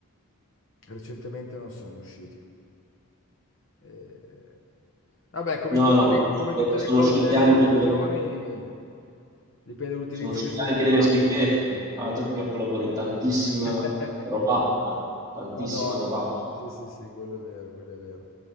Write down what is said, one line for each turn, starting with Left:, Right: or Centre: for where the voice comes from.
Left: Recentemente non sono usciti. Eh, Vabbè, come
Right: No,
Left: in tutte
Right: no, ma
Left: le, come in tutte
Right: sono
Left: le cose,
Right: uscite
Left: le rivoluzioni,
Right: anche delle,
Left: dipende dall'utilizzo
Right: sono uscite
Left: che se ne
Right: anche
Left: fa.
Right: delle schifezze, altro che capolavori, tantissima
Left: <laughs>
Right: robata, tantissima
Left: Madonna,
Right: robata.
Left: sì, sì, sì, quello è vero, quello è vero.